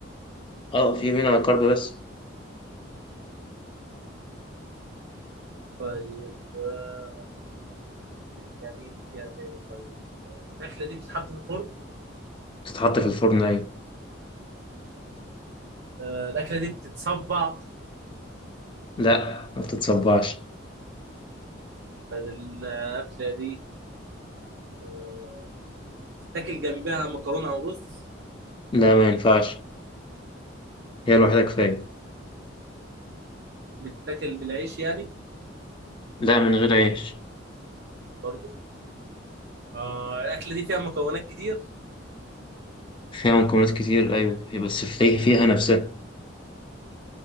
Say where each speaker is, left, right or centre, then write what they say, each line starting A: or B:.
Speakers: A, on the left; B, on the right.
A: اه في منها كارب بس
B: طيب آه، يعني ايه اللي فيها تاني طيب الاكله دي بتتحط في الفرن
A: تتحط في الفرن أيوة
B: آه، الاكله دي بتتصبع
A: لا ما بتتصبعش
B: طيب، الاكله دي آه، بتتاكل جنبها مكرونه او رز
A: لا ما ينفعش هي الوحيدة كفاية
B: بتتاكل بالعيش يعني
A: لا من غير عيش
B: برضو آه، الاكله دي فيها مكونات كتير
A: فيها مكونات كتير أيوة هي بس في- فيها نفسها